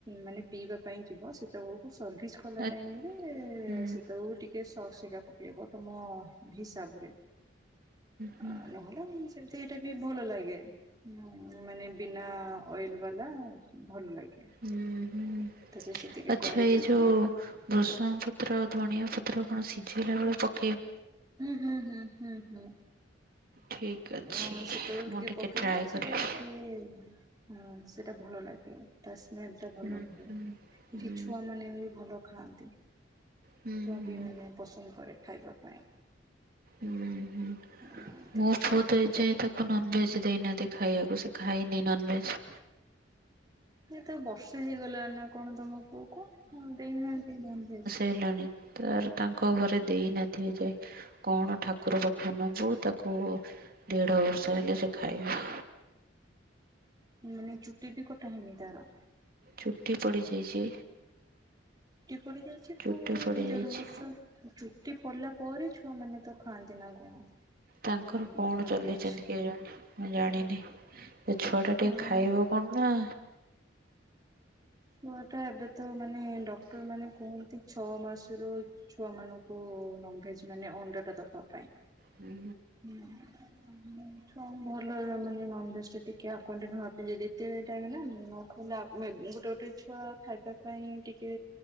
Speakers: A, on the right (about 20°); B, on the right (about 50°).
A: ମାନେ ପିଇବା ପାଇଁ ଯିବ ସେତବେଳକୁ ସର୍ଭିସ୍ କଲା
B: ହୁଁ
A: ଟାଇମରେ
B: ହୁଁ ହୁଁ
A: ସେତେବେଳକୁ ଟିକେ ସସ୍ ହେରିକା ପକେଇବ ତୁମ ହିସାବରେ।
B: ହୁଁ
A: ଆ ନହେଲେ ସେମିତି ଏଇଟା ବି ଭଲ ଲାଗେ ମା ମାନେ ବିନା ଅଏଲ ବାଲା ଭଲ ଲାଗେ।
B: ହୁଁ ହୁଁ
A: ତେବେ ସେତିକି
B: ଆଛା
A: କରିଦେଇକି
B: ଏଇ ଯୋଉ ବୃଷଙ୍ଗ ପତ୍ର ଧନିଆ ପତ୍ର କଣ ସିଝେଇଲା ବେଳେ ଚ
A: ହୁଁ ହୁଁ ହୁଁ ହୁଁ ହୁଁ।
B: ଠିକ୍ ଅଛି
A: ଉଁ ଆଁ ସେତେବେଳକୁ
B: ମୁଁ
A: ଟିକେ ପକେଇଲେ
B: ଟ୍ରାଏ
A: ସେଇଟା
B: କରିବି।
A: ଟିକେ <unintelligible> ସେଟା ଭଲ ଲାଗେ। ତା ସ୍ମେଲ ଟା ଭଲ
B: ହୁଁ
A: ହୁଏ
B: ହୁଁ ହୁଁ
A: ଏଠି ଛୁଆ ମାନେ ବି ଭଲ ଖାଆନ୍ତି। <unintelligible>
B: ହୁଁ ହୁଁ।
A: ମାନେ ପସନ୍ଦ କରେ ଖାଇବା ପାଇଁ।
B: ହୁଁ ହୁଁ
A: ଏମତି
B: ମୋ ପୁଅ
A: ହୁଁ
B: ତ ଏଇ ଯାଏ ତା ତ ନନ୍ ଭେଜ ସେ ଦେଇନାହାନ୍ତି ଖାଇବାକୁ ସେ ଖାଇନି ନନ୍ ଭେଜ।
A: ଏ ତ ବର୍ଷେ ହେଇଗଲାଣି ନା କଣ ତମ ପୁଅ କୁ ନନ୍ ଦେଇନାହାନ୍ତି ନନ୍ ଭେଜ?
B: ଦେଇନାହାନ୍ତି। ତାର ତାଙ୍କ ଘରେ ଦେଇନାହାନ୍ତି ଏ ଯାଏ। କଣ ଠାକୁର ପାଖକୁ ନବୁ ତାକୁ ଦେଢ଼ ବର୍ଷ ହେଲେ ସେ ଖାଇବ।
A: ମାନେ ଚୁଟି ବି କଟା ହେଇନି ତାର?
B: ଚୁଟି ପଡ଼ି ଯାଇଚି।
A: ଏପଟେ ଯୋଉ ସେ <unintelligible>
B: ଚୁଟି ପଡିଯାଇଛି।
A: ଦେଢ଼ ବର୍ଷ ରୁ ଚୁ ଟି ପଡ଼ିଲା ପରେ ଛୁଆ ମାନେ ତ ଖାଆନ୍ତି ନା କଣ?
B: ତାଙ୍କର
A: ନନଭେଜ
B: କଣ ଚଲେଇଛନ୍ତି କେଜାଣି ମୁଁ ଜାଣିନି। ଏ ଛୁଆ ଟା
A: ହଁ
B: ଟିକେ ଖାଇବ କଣ ନା
A: ହୁଅ ତ ଏବେ ତ ମାନେ ଡକ୍ଟର ମାନେ କୁହନ୍ତି ଛଅ ମାସରୁ ଛୁଆମାନଙ୍କୁ ନନ୍ ଭେଜ୍ ଜ୍ ମାନେ ଅଣ୍ଡଟା ଦେବା ପାଇଁ।
B: ହୁଁ
A: ମାନେ ଛୁଆ ଭଲ ବି ମାନେ ନନଭେଜ ଟା ଟିକେ ଆକ୍ୱେଣ୍ଟେଡ୍ ଭାବିଲେ ବି ସେ ଟାଇମରେ ନା <unintelligible> ଗୋଟେ ଗୋଟେ ଛୁଆ ଖାଇବା ପାଇଁ ଟିକେ